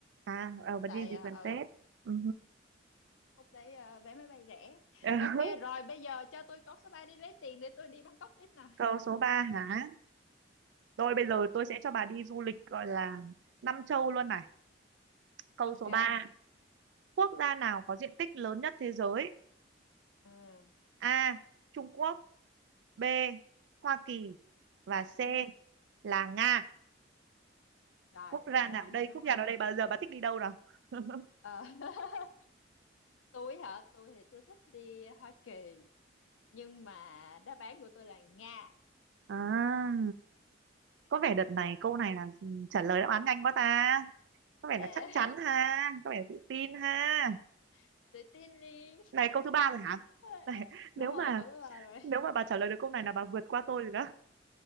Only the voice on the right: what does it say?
à ờ, bạn
đi dịp
gần
Tết ừ.
Ờ. <laughs>
câu số 3 hả rồi bây giờ tôi sẽ cho bà đi du lịch gọi là năm châu luôn này câu
số ba Quốc gia nào có diện tích lớn nhất thế giới?
A. Trung Quốc B. Hoa Kỳ và C
là Nga.
Quốc
gia nào
đây?
Quốc
gia nào đây? Bao giờ bà thích đi đâu nào? <laughs>
À, có vẻ đợt này câu này là trả lời đáp án nhanh quá ta. Có vẻ
là chắc chắn ha, có vẻ là tự tin ha.
Này câu thứ ba rồi hả?
Này,
nếu mà
nếu mà bà trả lời được câu này là bà vượt qua tôi rồi đó.